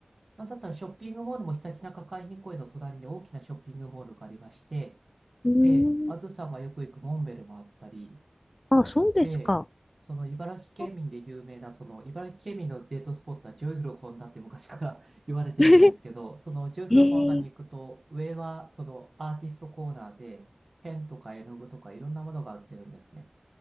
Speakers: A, on the right; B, on the left.
A: なんだったらショッピングモールもひたちなか海浜公園の隣に大きなショッピングモールがありまして、
B: うん
A: で、あずさんがよく行くモンベルもあったり、
B: あ、そうですか。
A: で、その茨城県民で有名な、
B: あ
A: その茨城県民のデートスポットはジョイフルホンダって昔から <laughs> 言われてるんですけど、
B: <laughs>
A: そのジョイフルホンダに行くと、
B: えー、
A: 上はそのアーティストコーナーで、ペンとか絵の具とかいろんなものが売ってるんですね。